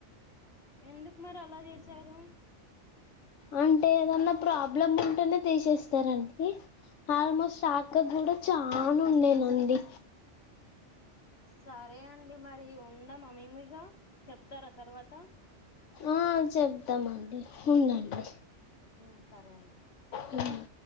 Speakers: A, on the left; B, on the left.
A: ఎందుకు మరి అలా చేసారు?
B: అంటే ఏదన్నా ప్రాబ్లమ్ ఉంటేనే తీసేస్తారా అండి? ఆల్మోస్ట్ ఆ అక్క కూడా చానుండేనండి.
A: సరే అండి మరి ఉండమా మేమిగ, చెప్తారా తర్వాత.
B: ఆ చెప్తామండి, ఉండండి.
A: మ్ సరే అండి.
B: హు